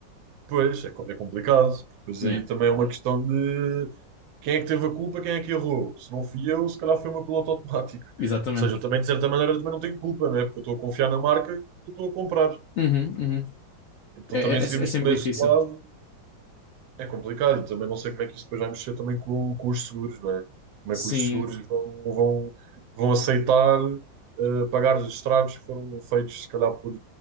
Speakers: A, on the right; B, on the left.
A: Pois, é, co- é complicado, porque depois
B: Yeah,
A: aí também é uma questão de quem é que teve a culpa, quem é que errou. Se não fui eu, se calhar foi o meu piloto automático.
B: exatamente.
A: Ou seja, eu também, de certa maneira, também não tenho culpa, não é? Porque eu estou a confiar na marca que eu estou a comprar.
B: Uhum, uhum.
A: Então
B: é,
A: também
B: é
A: se
B: é
A: virmos
B: sempre
A: por esse
B: difícil.
A: lado, é complicado. E também não sei como é que isso depois vai mexer também com, com os seguros, não é? Como
B: Sim.
A: é que os seguros vão, vão, vão aceitar eh, pagar os estragos que foram feitos, se calhar, por,